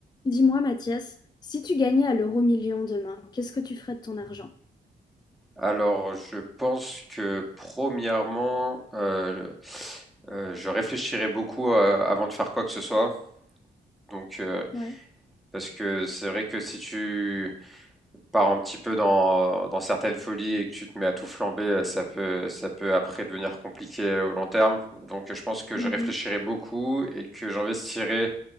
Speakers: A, on the left; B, in the centre.
A: Dis-moi, Mathias, si tu gagnais à l'euro-million demain, qu'est-ce que tu ferais de ton argent?
B: Alors, je pense que premièrement, euh, euh, je réfléchirai beaucoup euh, avant de faire quoi que ce soit. Donc, euh,
A: Ouais.
B: parce que c'est vrai que si tu pars un petit peu dans, dans certaines folies et que tu te mets à tout flamber, euh, ça peut, ça peut après devenir compliqué euh, au long terme. Donc, je pense que
A: Mhm.
B: je réfléchirai beaucoup et que j'investirai